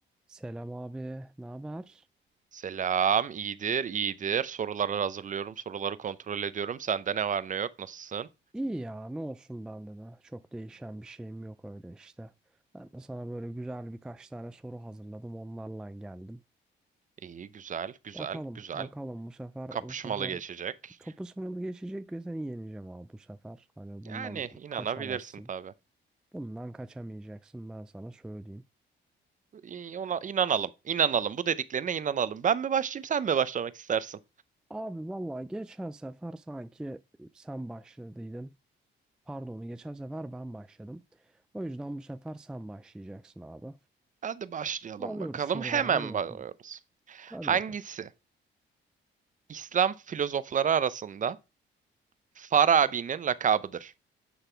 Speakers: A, in the centre; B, on the right.
A: Selam abi, ne haber?
B: Selam, iyidir, iyidir. Soruları hazırlıyorum, soruları kontrol ediyorum. Sende ne var ne yok, nasılsın?
A: İyi ya, ne olsun bende de. Çok değişen bir şeyim yok öyle işte. Ben de sana böyle güzel birkaç tane soru hazırladım, onlarla geldim.
B: İyi, güzel, güzel,
A: Bakalım,
B: güzel.
A: bakalım bu sefer
B: Kapışmalı
A: bu sefer
B: geçecek.
A: kapı sınırı geçecek ve seni yeneceğim abi bu sefer. Hani bundan
B: Yani inanabilirsin
A: kaçamazsın.
B: tabii.
A: Bundan kaçamayacaksın ben sana söyleyeyim.
B: İ- Ona inanalım, inanalım. Bu dediklerine inanalım. Ben mi başlayayım, sen mi başlamak istersin?
A: Abi vallahi geçen sefer sanki sen başladıydın. Pardon, geçen sefer ben başladım. O yüzden bu sefer sen başlayacaksın abi.
B: Hadi başlayalım
A: Alıyoruz
B: bakalım.
A: soruları.
B: Hemen
A: Hadi bakalım.
B: başlıyoruz.
A: Hadi
B: Hangisi
A: bakalım.
B: İslam filozofları arasında Farabi'nin lakabıdır?